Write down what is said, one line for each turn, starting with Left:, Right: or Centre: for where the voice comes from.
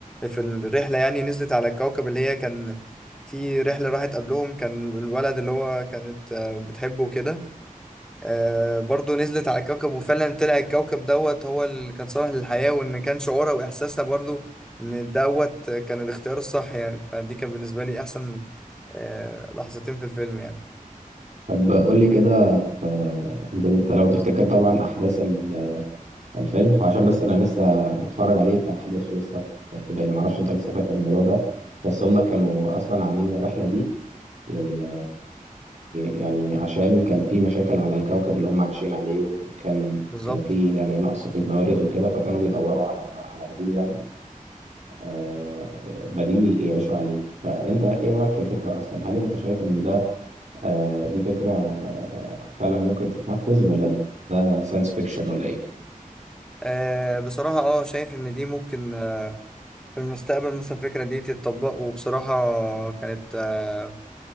Centre: في الرحلة يعني نزلت على الكوكب اللي هي كان في رحلة راحت قبلهم كان الولد اللي هو كانت آه، بتحبه وكده آه برضو نزلت على الكوكب وفعلا طلع الكوكب دوت هو اللي كان صالح للحياة وإن كان شعورها وإحساسها برضو إن دوت كان الاختيار الصح يعني فدي كان بالنسبة لي أحسن آه لحظتين في الفيلم يعني
Right: طب قول لي كده في انت انت لو تفتكر طبعا احداث ال- الفيلم هو عشان بس انا لسه متفرج عليه فاحداثه لسه في في بالي معرفش انت لسه فاكر الموضوع ده بس هما كانوا اصلا عاملين الرحلة دي لل يعني عشان كان في مشاكل على الكوكب اللي هم عايشين عليه وكان
Centre: بالظبط
Right: كان في يعني نقص في الموارد وكده فكانوا بيدوروا على على بديل يعني آه، بديل يعيشوا عليه فأنت إيه رأيك في الفكرة أصلا؟ هل أنت شايف إن ده آه، دي فكرة آه، فعلا ممكن تتنفذ ولا ده ساينس فيكشن ولا إيه؟
Centre: آه بصراحة اه شايف ان دي ممكن آه، في المستقبل مثلا الفكرة دي تتطبق وبصراحة كانت آه،